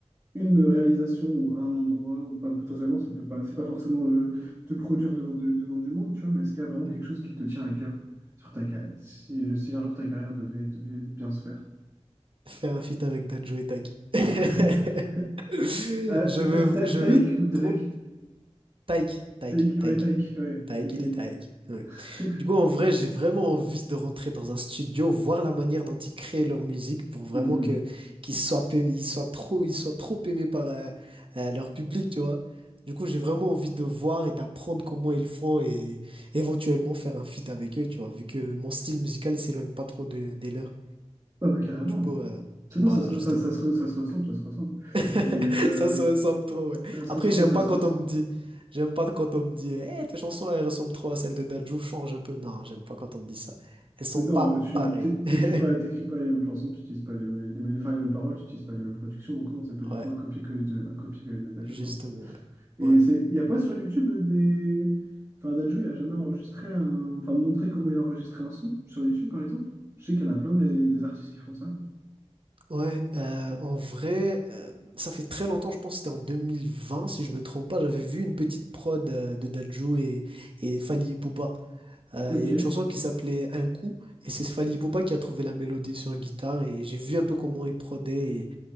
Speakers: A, on the right; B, on the right.
A: une réalisation ou un endroit ou pas potentiellement ça peut pas c'est pas forcément euh, te produire devant de- devant du monde tu vois mais est-ce qu'il y a vraiment
B: Mhm.
A: quelque chose qui te tient à cœur sur ta carrière si, si un jour ta carrière devait, devait bien se faire
B: Faire un feat avec Dadju et Taki. <laughs>
A: <laughs>
B: Je
A: Euh,
B: veux,
A: Ta- Ta-
B: je
A: Taïk
B: veux
A: ou Drake?
B: trop. Taïk, Taïk,
A: Taïk
B: Taïk.
A: ouais Taïk ouais
B: Taïk,
A: ok
B: il est Taïk. Ouais.
A: <laughs>
B: Du coup, en vrai, j'ai vraiment envie de rentrer dans un studio, voir la manière dont ils créent leur musique pour vraiment
A: Hum, hum.
B: que qu'ils soient, pa- ils soient trop, ils soient trop aimés par euh, euh, leur public, tu vois. Du coup, j'ai vraiment envie de voir et d'apprendre comment ils font et éventuellement faire un feat avec eux, tu vois, vu que mon style musical, il s'éloigne pas trop de, des leurs.
A: Ah bah carrément.
B: Du coup, euh,
A: Ça,
B: voilà,
A: non, ça se, re-
B: justement.
A: ça, ça se, re- ça se ressemble, ça se ressemble.
B: <laughs>
A: Et euh,
B: Ça se ressemble trop, ouais.
A: ça se
B: Après,
A: ressemble
B: j'aime
A: et ça
B: pas
A: se
B: quand
A: ressent.
B: on me dit, j'aime pas quand on me dit, Eh, tes chansons, elles ressemblent trop à celles de Dadju, change un peu. Non, j'aime pas quand on me dit ça. Elles sont
A: Mais Non,
B: pas
A: tu
B: pareilles.
A: t'é- t'écris
B: <laughs>
A: pas, t'écris pas les mêmes chansons, tu utilises pas les, mê- les, mêmes- enfin, les mêmes paroles, tu utilises pas les mêmes productions, donc non, c'est pas du
B: Ouais,
A: tout un copier-coller de, un copier-coller de Dadju,
B: justement,
A: non.
B: ouais.
A: Et
B: Ouais,
A: c'est, il y a pas sur YouTube des, enfin Dadju, il a jamais enregistré un, enfin montré comment il enregistrait un son sur YouTube par exemple. Je sais qu'il y en a plein des, des artistes qui font ça.
B: ouais euh, en vrai, euh, ça fait très longtemps, je pense que c'était en 2020, si je me trompe pas, j'avais vu une petite prod euh, de Dadju et, et Fally Ipupa. Euh,
A: Ok.
B: Il y a une chanson qui s'appelait Un coup, et c'est Fally Ipupa qui a trouvé la mélodie sur guitare, et j'ai vu un peu comment il prodait,